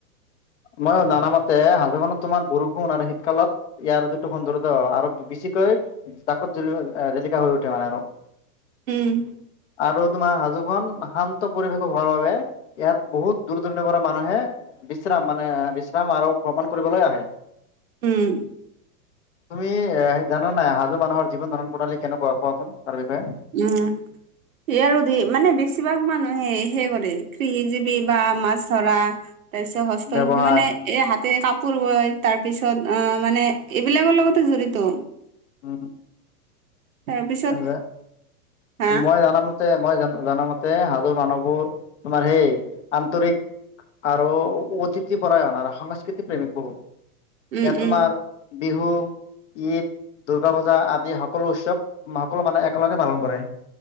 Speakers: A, on the left; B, on the right.
A: মই জানা মতে, হাজো খনত তোমাৰ <unintelligible> শীতকালত ইয়াৰ যিটো সুন্দৰতা আৰু বেছিকৈ জাকত জি জিলিকা হৈ উঠে মানে আৰু।
B: উম'।
A: আৰু তোমাৰ হাজোখন শান্ত পৰিৱেশো হোৱাৰ বাবে ইয়াত বহুত দূৰ-দূৰণিৰ পৰা মানুহে বিশ্ৰাম, মানে বিশ্ৰাম আৰু ভ্ৰমণ কৰিবলৈ আহে।
B: উম'।
A: তুমি এ জানা নাই, হাজো মানুহৰ জীৱন-ধাৰণ প্ৰণালী কেনেকুৱা, কোৱাচোন তাৰ বিষয়ে।
B: উম'। এইয়াৰ, ধ, মানে, বেছিভাগ মানুহে হেই কৰে, কৃষিজীৱী বা মাছ ধৰা। তাৰপিছত, হস্তশিল্পী
A: ব্যৱহাৰ
B: মানে এই হাতে কাপোৰ বয়, তাৰ পিছত, অ, মানে, এইবিলাকৰ লগতে জড়িত।
A: <unintelligible>
B: তাৰপিছত
A: আৰু যে,
B: হা
A: মই জানা মই য'তে সাধু মানুহবোৰ, তোমাৰ সেই আন্তৰিক আৰু অতিথি-পৰায়ণ, আৰু সংস্কৃতি-প্ৰেমিক বহুত,
B: উম,
A: ইয়াত
B: উম,
A: তোমাৰ বিহু, ঈদ, দুৰ্গা পূজা আদি সকলো উৎসৱ সকলোৱে, মানে, একেলগে পালন কৰে।